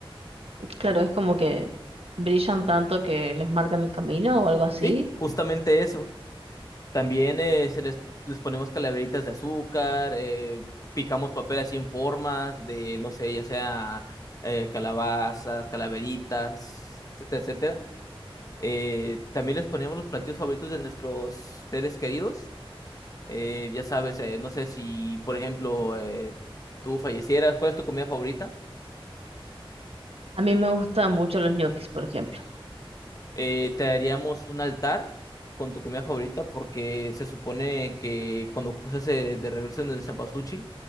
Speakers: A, on the right; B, on the left.
A: Claro, es como que brillan tanto que les marcan el camino o algo así.
B: Sí, justamente eso. También eh, se les, les ponemos calaveritas de azúcar, eh, picamos papel así en formas de, no sé, ya sea eh, calabazas, calaveritas, etcétera, etcétera. Eh, también les poníamos los platillos favoritos de nuestros seres queridos. Eh, ya sabes, eh, no sé si, por ejemplo, eh, tú fallecieras, ¿cuál es tu comida favorita?
A: A mí me gustan mucho los ñoquis, por ejemplo.
B: Eh, te haríamos un altar con tu comida favorita porque se supone que cuando cruzas eh, de regreso en el Cempasúchil,